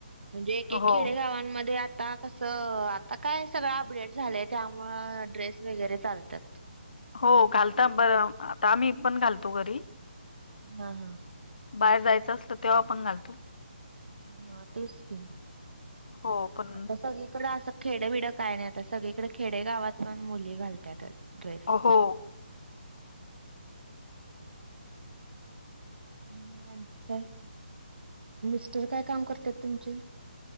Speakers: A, on the right (about 70°); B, on the left (about 55°).
A: म्हणजे एक एक
B: हो
A: खेडेगावांमध्ये आता कसं आता काय सगळं अपडेट झालंय त्यामुंळ ड्रेस वगैरे चालत्यात.
B: हो घालता बरं आता आम्ही पण घालतो घरी
A: हा
B: बाहेर जायचं असलं तेव्हा पण घालतो.
A: हा तेच की
B: हो पण
A: आता सगळीकडे असं खेड बिड काय नाही, आता सगळीकडे खेडे गावात पण मुली घालत्यातच ड्रेस
B: हो
A: म आणखी काय मिस्टर काय काम करत्यात तुमचे